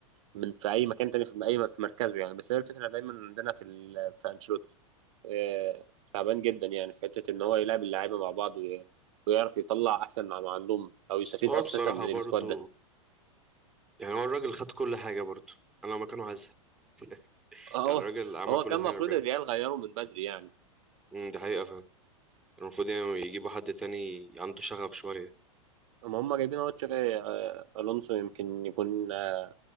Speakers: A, on the right (about 65°); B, in the centre.
A: من في اي مكان تاني في اي في مركزه يعني بس هي الفكره دايما عندنا في ال... في انشيلوتي آه، تعبان جدا يعني في حته ان هو يلعب اللعيبه مع بعض وي... ويعرف يطلع احسن ما ما عندهم او يستفيد
B: بس هو
A: اساسا
B: بصراحة
A: من
B: برضو
A: السكواد ده
B: يعني هو الراجل خد كل حاجة برضو أنا لو مكانه هزهق <laughs>
A: هو
B: يعني الراجل عمل
A: هو
B: كل
A: كان
B: حاجة
A: المفروض
B: بجد
A: الريال غيره من بدري يعني
B: مم، دي حقيقة فعلا المفروض يعني يجيبوا حد تاني عنده شغف شوية
A: اما هم جايبين اهو تشابي آه، الونسو يمكن يكون آه،